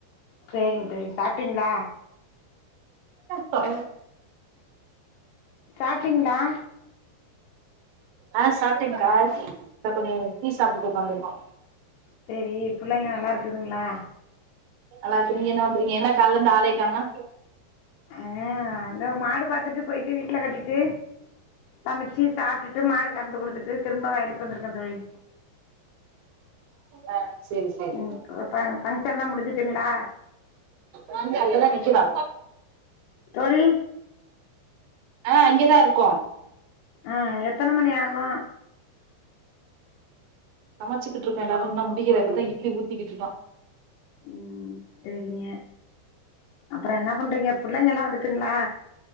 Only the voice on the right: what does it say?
ஆ
ஆ சாப்ட்டேங்க்கா இந்த கொஞ்சம் டீ சாப்ட்டுட்டு உக்காந்துருக்கோ
நல்லாக்கு நீங்க என்ன பண்றீங்க என்ன கால்ல இருந்து ஆலே கானோ
ஆ செரி செரி
நாங்க அங்கதா நிக்கிதா
ஆ இங்கதான் இருக்கோ
சமச்சுக்கிட்டு இருக்கோ எல்லாரு இன்ன முடியல இப்பதா இட்லி ஊத்திக்கிட்ருக்கோ